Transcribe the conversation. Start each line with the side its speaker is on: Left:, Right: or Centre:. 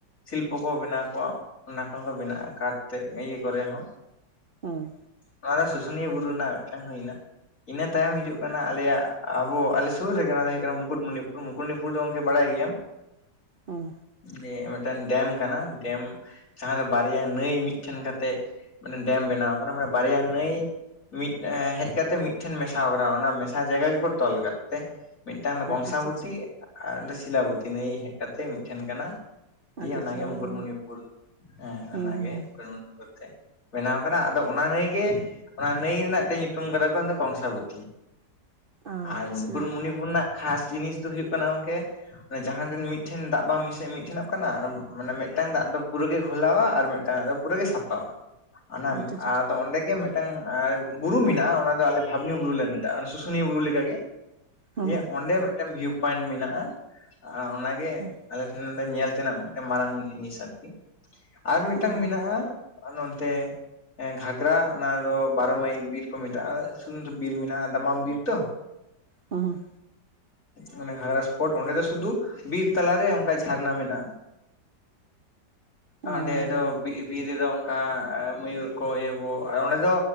Left: ᱥᱤᱞᱯᱚ ᱠᱚ ᱵᱮᱱᱟᱣ ᱠᱚᱣᱟ ᱚᱱᱟ ᱠᱷᱚᱱ ᱫᱚ ᱵᱮᱱᱟᱜᱼᱟ ᱠᱟᱴ ᱛᱮ ᱤᱭᱟᱹ ᱠᱚᱨᱮ ᱦᱚᱸ
Right: ᱦᱸ
Left: ᱱᱚᱣᱟ ᱫᱚ ᱥᱩᱥᱩᱱᱤᱭᱟᱹ ᱵᱩᱨᱩ ᱨᱮᱱᱟᱜ ᱢᱤᱫᱴᱟᱝ ᱦᱩᱭᱱᱟ ᱤᱱᱟᱹ ᱛᱟᱭᱚᱢ ᱦᱤᱡᱩᱜ ᱠᱟᱱᱟ ᱟᱞᱮᱭᱟᱜ ᱟᱵᱚ ᱟᱞᱮ ᱥᱩᱨ ᱨᱮᱜᱮ ᱚᱱᱟ ᱫᱚ ᱦᱩᱭᱩᱜ ᱠᱟᱱᱟ ᱢᱩᱠᱩᱴᱢᱩᱱᱤᱯᱩᱨ ᱢᱩᱠᱩᱴᱢᱩᱱᱤᱯᱩᱨ ᱫᱚ ᱜᱚᱢᱠᱮ ᱵᱟᱲᱟᱭ
Right: ᱦᱮᱸ
Left: <unintelligible> ᱢᱤᱫᱴᱮᱱ ᱰᱮᱢ ᱠᱟᱱᱟ ᱰᱮᱢ ᱡᱟᱦᱟᱸ ᱫᱚ ᱵᱟᱨᱭᱟ ᱱᱟᱹᱭ ᱢᱤᱫᱴᱷᱮᱱ ᱠᱟᱛᱮᱜ ᱢᱟᱱᱮ ᱰᱮᱢ ᱵᱮᱱᱟᱣ ᱟᱠᱟᱱᱟ ᱢᱟᱱᱮ ᱵᱲᱭᱟ ᱱᱟᱟᱹᱭ ᱢᱤᱫ ᱦᱮᱡ ᱠᱟᱛᱮᱜ ᱢᱤᱫ ᱴᱷᱮᱱ ᱢᱮᱥᱟᱨᱟ ᱚᱱᱟ ᱢᱮᱥᱟ ᱡᱟᱭᱜᱟ ᱜᱮᱠᱚ ᱛᱚᱞ ᱠᱟᱜ ᱛᱮ ᱢᱤᱫᱴᱟᱝ ᱠᱚᱝᱥᱟᱵᱚᱛᱤ
Right: ᱟᱪᱪᱷᱟ ᱟᱪᱪᱷᱟ
Left: ᱟᱨ ᱚᱸ ᱥᱤᱞᱟᱵᱚᱛᱤ ᱱᱟᱹᱭ ᱦᱮᱡ ᱠᱟᱛᱮ ᱢᱤᱫᱴᱷᱮᱱ ᱠᱟᱱᱟ ᱫᱤᱭᱮ
Right: ᱟᱪᱪᱷᱟ ᱟᱪᱪᱷᱟ
Left: ᱚᱱᱟᱜᱮ
Right: ᱟᱪᱪᱷᱟ
Left: ᱢᱩᱠᱩᱴᱢᱩᱱᱤᱯᱩᱨ
Right: ᱚᱱᱟ
Left: ᱦᱮᱸ
Right: ᱦᱩᱸ
Left: ᱚᱱᱟᱜᱮ
Right: ᱦᱩᱸ
Left: ᱢᱩᱠᱩᱴᱢᱩᱱᱤᱯᱩᱨ ᱛᱮ ᱵᱮᱱᱟᱣ ᱠᱟᱱᱟ ᱟᱫᱚ ᱚᱱᱟ ᱱᱟᱹᱭ ᱜᱮ ᱚᱱᱟ ᱱᱟᱹᱭ ᱨᱮᱱᱟᱜᱴ ᱧᱩᱛᱩᱢ ᱠᱟᱫᱟ ᱠᱚ ᱫᱚ ᱠᱚᱝᱥᱟᱵᱚᱛᱤ
Right: ᱟᱪᱪᱷᱟ
Left: ᱟᱨ ᱢᱩᱠᱩᱴᱢᱩᱱᱤᱯᱩᱨ ᱨᱮᱱᱟᱜ ᱠᱷᱟᱥ ᱡᱤᱱᱤᱥ ᱫᱚ ᱦᱩᱭᱩᱜᱳᱜ ᱠᱟᱱᱟ ᱜᱚᱢᱠᱮ ᱡᱟᱦᱟᱸᱤᱱ ᱢᱤᱫᱴᱷᱮᱱ ᱫᱟᱜ ᱵᱟᱝ ᱢᱤᱥᱟᱭ ᱢᱤᱫᱴᱷᱮᱱ ᱠᱟᱱᱟ ᱢᱟᱱᱮ ᱢᱤᱫᱴᱟᱝ ᱫᱟᱜ ᱫᱚ ᱯᱩᱨᱟᱹ ᱜᱮ ᱠᱷᱷᱚᱞᱟᱣᱟ ᱟᱨ ᱢᱤᱫᱴᱟᱝ ᱫᱟᱜ ᱫᱚ ᱯᱩᱨᱟᱹᱮ ᱥᱟᱯᱟᱟᱜᱼᱟ ᱚᱱᱟ
Right: ᱟᱪᱪᱷᱟ ᱟᱪᱪᱷᱟ
Left: ᱟᱫᱚ ᱚᱸᱰᱮ ᱜᱮ ᱢᱤᱫᱴᱟᱝ ᱵᱩᱨᱩ ᱢᱮᱱᱟᱜᱼᱟ ᱚᱱᱟ ᱫᱚ ᱟᱞᱮ ᱵᱷᱟᱵᱽᱱᱤ ᱵᱩᱨᱩ ᱞᱮ ᱢᱮᱛᱟᱜᱼᱟ ᱥᱩᱥᱩᱱᱤᱭᱟᱹ ᱵᱩᱨᱩ ᱞᱮᱠᱟᱜᱮ
Right: ᱦᱩᱸ
Left: ᱡᱮ ᱚᱸᱰᱮ ᱢᱤᱫᱴᱮᱱ ᱵᱷᱤᱭᱩ ᱯᱚᱭᱮᱱᱴ ᱢᱮᱱᱟᱜᱼᱟ ᱚᱱᱟᱜᱮ
Right: ᱦᱩᱸ
Left: ᱟᱞᱮ ᱴᱷᱮᱱ ᱞᱮ ᱧᱮᱞ ᱚᱛᱱᱟᱜ ᱢᱤᱫᱴᱟᱝ ᱢᱟᱨᱟᱝ ᱡᱤᱱᱤᱥ ᱟᱨᱠᱤ ᱟᱨ ᱢᱤᱫᱴᱟᱝ
Right: ᱦᱩᱸ
Left: ᱢᱮᱱᱟᱜᱼᱟ ᱱᱚᱱᱛᱮ ᱜᱷᱟᱜᱽᱨᱟ ᱚᱱᱟ ᱫᱚ ᱵᱟᱨᱚ ᱢᱟᱭᱤᱞ ᱵᱤᱨ ᱠᱚ ᱢᱮᱛᱟᱜᱼᱟ ᱥᱩᱫᱷᱩᱛᱚ ᱵᱤᱨ ᱢᱮᱱᱟᱜᱼᱟ ᱫᱟᱢᱟᱢ ᱵᱤᱨ ᱛᱚ
Right: ᱦᱩᱸ
Left: ᱢᱟᱱᱮ ᱜᱷᱟᱜᱽᱨᱟ ᱥᱯᱚᱴ ᱚᱸᱰᱮ ᱫᱚ ᱥᱩᱫᱷᱩ ᱵᱤᱨ ᱛᱟᱞᱟᱨᱮ ᱚᱱᱠᱟ ᱡᱷᱟᱨᱱᱟ ᱢᱮᱱᱟᱜᱼᱟ
Right: ᱦᱩᱸ
Left: ᱛᱰᱮ ᱫᱚᱚᱢ ᱚᱱᱠᱟ ᱢᱚᱭᱩᱨ ᱠᱚ ᱤᱭᱟᱹ ᱠᱚ ᱚᱸᱰᱮ ᱫᱚ